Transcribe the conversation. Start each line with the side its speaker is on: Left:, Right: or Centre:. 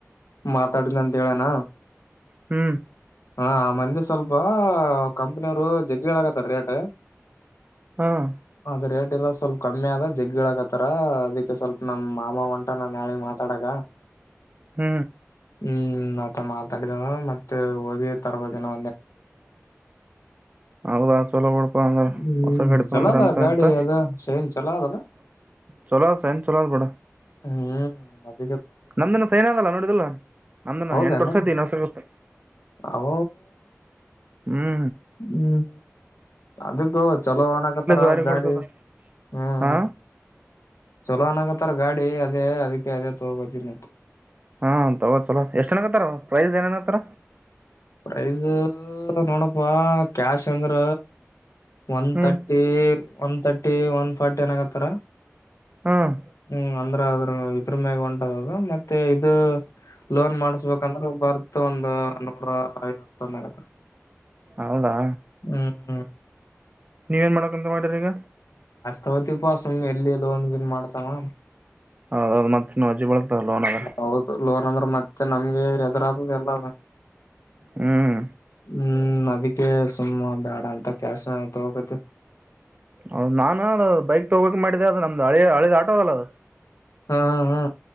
Left: ಮಾತಾಡ್ತೀನಿ ಅಂತ ಹೇಳನ
Right: ಹೂ
Left: ಹಾ ಮೊನ್ನೆ ಸ್ವಲ್ಪ ಕಂಪನಿಯವರು ಜಗ್ಗಿ ಹೇಳತಾರ ರೇಟ್
Right: ಹಾಂ
Left: ಆದರೆ ಸ್ವಲ್ಪ ಕಮ್ಮಿ ಆದಗ ಜಗ್ಗಿ ಹೇಳಕತ್ತಾರ ಅದಕ್ಕೆ ಸ್ವಲ್ಪ ನಮ್ಮ್ ಮಾಮ ಹೊಂಟರ ಮಾತಾಡಕ
Right: ಹೂ
Left: ಹೂ ನನ್ನ ಹತ್ತರ ಮಾತಾಡಿದಳ ಮತ್ತ ಹೊಗಿ ರೇ ತರ್ವದಿನೂ
Right: ಅಲ್ಲಾ ಚಲೋ ಬಿಡ್ಪ ಅಂದ್ರ
Left: ಹ್ಮ್
Right: ಹೊಸ ಗಾಡಿ ತೊಗೊಂಡ್ರೆ
Left: ಚಲೋಲ್ಲ
Right: ಅಂತ
Left: ಗಾಡಿ
Right: ಇಂತೂ
Left: ಅದ ಶೈನ್ ಚಲೋ ಅದಲ್ಲ
Right: ಚಲೋ ಅದ ಶೈನ್ ಚಲೋ ಬಿಡ
Left: ಹೂ
Right: ನಂದು ಶೈನ್ ಅದಲ್ಲ ನೋಡಿದಲ್ಲ ನಂದನ
Left: ಹೌದೇನು
Right: ಎಂಟು ವರ್ಷ ಐತಿ ಇನ್ ವರ್ಷ ಆಗುತ್ತೆ
Left: ಅವ
Right: ಹು
Left: ಹ್ಮ್ ಅದಕ್ಕೂ ಚಲೋ ಅನಕತ್ತಾರ
Right: ಭಾರಿ
Left: ಗಾಡಿ
Right: ಕೊಡ್ತದ
Left: ಹೂ
Right: ಹಾ
Left: ಹು ಚಲೋ ಅನಕತ್ತಾರ ಗಾಡಿ ದೇ ಅದಕ್ಕೆ ಅದೇ ತಗೋಗೋದನಂತ
Right: ಹಾ ತಗ ಚಲೋ ಎಷ್ಟ್ ಚನತ್ತಾರ ಪ್ರೈಜ್ ಏನನತ್ರ
Left: ಪ್ರೈಜ ನೋಡಪ್ಪಾ ಕ್ಯಾಶ್ ಅಂದ್ರ ಒನ್
Right: ಹ್ಮ್
Left: thirty one thirty one forty ಏನಾಗತ್ತಾರ
Right: ಹ್ಮ್
Left: ಹ್ಮ್ ಅಂದ್ರೆ ಅದ್ರ ಕಮಾಗ ಉಂಟದದು ಮತ್ತೆ ಇದು ಲೋನ್ ಮಾಡಸ್ಬೇಕಂದ್ರೆ ಬರ್ತ್ ಒಂದ <unintelligible> ನೂರ ಐವತ್ತಂದ ಆಗತ್ತ <unintelligible>
Right: ಹೌದಾ
Left: ಹ್ಮ್
Right: ನೀವೇನ್ ಮಾಡಕ್ಂತ ಮಾಡಿ್ರ ಈಗ
Left: ತೌತಿಪ್ಪಾ ಸುಮ್ ಎಲ್ಲಿ ಇಲ್ಲ ಒಂದನ್ ಮಾಡ್ಸಮ್ಮ
Right: ಹೌದೌದು ಮತ್ತೆ ನೀವು ಅಜ್ಜ ಬೊಳಗ್ತ ಲೋನಗರ್
Left: ಹೌದು ಲೋನ್ ಅಂದ್ರೆ ಮತ್ತೆ ನಮ್ಗೆ ಹೆದು್ರಾದದೆ ಎಲ್ಲ
Right: ಹ್ಮ್
Left: ಹ್ಮ್ ನದಕ್ಕೆ ಸುಮ್ಮ ಬೇಡ ಅಂತ ಕ್ಯಾಸತ ಹೋಗದು
Right: ಹೌದ ನಾನ ಅ ಬೈಕ್ ತಗೋಕ್ ಮಾಡಿದೆೆ ಅದದು ನಮ್ದು ಹಳಿ- ಹಳಿದ ಆಟೋ ಅದಲ್ಲ ಅದು
Left: ಹಾ ಹಾ